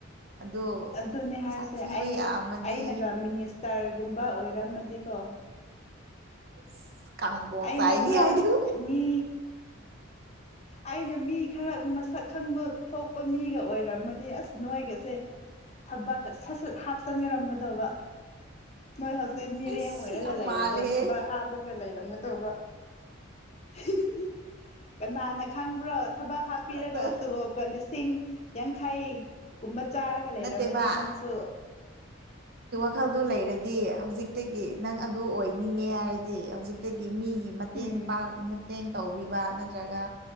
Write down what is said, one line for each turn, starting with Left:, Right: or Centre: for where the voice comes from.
Right: ꯑꯗꯣ
Left: ꯑꯗꯨꯅꯦ ꯍꯥꯏꯁꯦ
Right: ꯁꯥꯊꯤꯕ
Left: ꯑꯩ
Right: ꯌꯥꯝꯃꯗꯤ
Left: ꯑꯩꯅꯒ ꯃꯤꯅꯤꯁ ꯇꯔꯒꯨꯝꯕ ꯑꯣꯏ ꯔꯝꯃꯗꯤꯀꯣ
Right: <inaudible>
Left: ꯑꯩꯅ
Right: ꯆꯥꯏꯅꯤ
Left: ꯈꯔ
Right: ꯍꯥꯏꯗꯨ
Left: ꯃꯤ ꯑꯩꯅ ꯃꯤ ꯈꯔ ꯃꯁꯛ ꯈꯪꯕ ꯊꯣꯛꯄ ꯃꯤꯒ ꯑꯣꯏꯔꯝꯃꯗꯤ ꯑꯁ ꯅꯣꯏꯒꯁꯦ ꯊꯕꯛꯀ ꯁꯠ ꯁꯠ ꯍꯥꯞꯆꯟꯂꯝꯒꯗꯕ ꯅꯣꯏ ꯍꯧꯖꯤꯛ ꯃꯤꯔꯦꯝ
Right: ꯑꯩꯁ
Left: ꯑꯣꯏꯔꯒ
Right: ꯌꯥꯝ
Left: ꯂꯩꯔꯤꯗꫭ
Right: ꯃꯥꯜꯂꯦ
Left: ꯊꯕꯛ ꯍꯥꯞꯕꯒ ꯂꯩꯔꯝꯒ ꯗꯩꯕ <unintelligible> ꯀꯅꯥꯅ ꯈꯪꯕ꯭ꯔꯣ ꯊꯕꯛ ꯍꯥꯞꯄꯤꯔꯒ
Right: ꯑꯗꯣ
Left: ꯇꯣꯂꯣꯞꯀ ꯂꯤꯁꯤꯡ ꯌꯥꯡꯈꯩ ꯀꯨꯝꯕ ꯆꯥꯔꯒ ꯂꯩꯔꯝꯃꯗꯤ
Right: ꯅꯠꯇꯦꯕ
Left: ꯅꯪꯁꯨ
Right: ꯃꯈꯜꯗꯨ ꯂꯩꯔꯗꯤ ꯍꯧꯖꯤꯛꯇꯒꯤ ꯅꯪ ꯑꯗꯨ ꯑꯣꯏꯅꯤꯅ‌ꯦ ꯍꯥꯏꯔꯗꯤ ꯍꯧꯖꯤꯛꯇꯒꯤ ꯃꯤꯒꯤ ꯃꯇꯦꯡ
Left: ꯎꯝ
Right: ꯄꯡ ꯃꯇꯦꯡ ꯇꯧꯕꯤꯕ ꯅꯠꯇ꯭ꯔꯒ